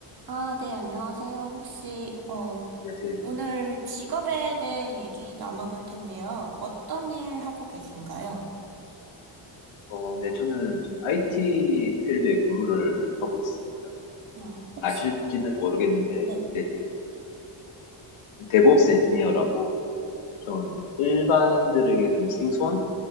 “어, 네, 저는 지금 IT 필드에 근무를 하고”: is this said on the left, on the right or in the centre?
Left